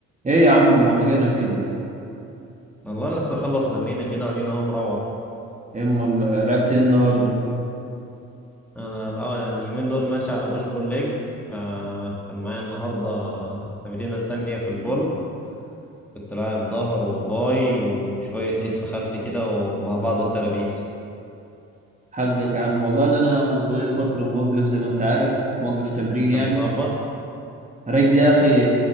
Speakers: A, on the right (about 25°); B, in the centre.
A: ايه يا عم امال فينك كده
B: والله لسه خلص تمرينة كده وادينا اهو مروح
A: إيه امال لعبت ايه النهارده
B: انا الع- اليومين دول ماشي على بوش بول ليج فكان معايا النهاردة التمرينة التانية في البول كنت لاعب ظهر وباي وشوية كتف خلفي كده ومع بعض الترابيس
A: حقك يا عم والله ده انا بقالي فتره موقف زي ما انت عارف موقف تمرين
B: سلة
A: يعني
B: صعبة
A: رجلي يا اخي